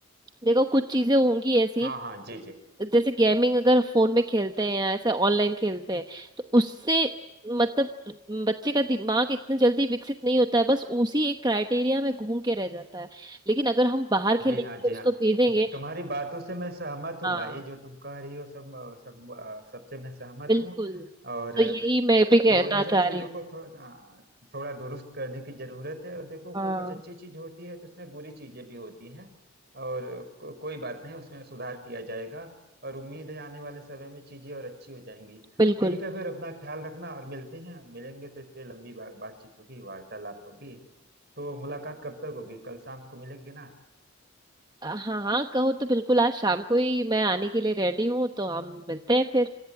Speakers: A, on the right (about 20°); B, on the right (about 50°).
A: देखो कुछ चीजें होंगी ऐसी
B: हाँ हाँ जी जी
A: जैसे गेमिंग अगर फोन में खेलते हैं या ऐसे ऑनलाइन खेलते हैं तो उससे मतलब बच्चे का दिमाग इतने जल्दी विकसित नहीं होता है बस उसी एक क्राइटेरिया में घूम के रह जाता है लेकिन अगर हम बाहर खेलेंगे
B: जी हाँ जी
A: उसको
B: हाँ
A: भेजेंगे
B: तुम्हारी बातों से मैं सहमत हूँ
A: हाँ
B: भाई जो तुम कह रही हो सब अ, सब अ, सबसे मैं सहमत
A: बिल्कुल
B: हूँ और
A: तो
B: अ,
A: यही मैं भी
B: तो
A: कहना
B: इन सब
A: चाह
B: चीजों
A: रही हूँ
B: को थोड़ा थोड़ा दुरुस्त करने की जरूरत है और देखो
A: हाँ
B: कोई कुछ अच्छी चीज होती है तो उसमें बुरी चीजें भी होती हैं और को, कोई बात नहीं उसमें सुधार किया जाएगा और उम्मीद है आने वाले समय में चीजें और अच्छी हो जाएंगी
A: बिल्कुल
B: ठीक है फिर अपना ख्याल रखना और मिलते हैं मिलेंगे तो इस पे लंबी बा, बातचीत होगी वार्तालाप होगी तो मुलाकात कब तक होगी कल शाम को मिलेंगे ना
A: हाँ हाँ कहो तो बिल्कुल आज शाम को ही मैं आने के लिए रेडी हूँ तो हम मिलते हैं फिर